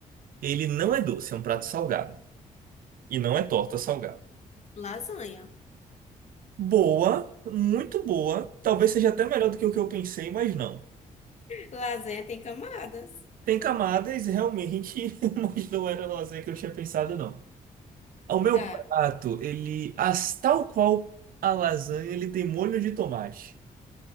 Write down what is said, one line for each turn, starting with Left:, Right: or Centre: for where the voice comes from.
Right: Ele não é doce, é um prato salgado. E não é torta salgada.
Left: Lasanha.
Right: Boa, muito boa. Talvez seja até melhor do que o que eu pensei, mas não.
Left: Lasanha tem camadas.
Right: Tem camadas, realmente, <laughs> mas não era a lasanha que eu tinha pensado, não. O meu
Left: Tá.
Right: prato, ele, as, tal qual a lasanha, ele tem molho de tomate.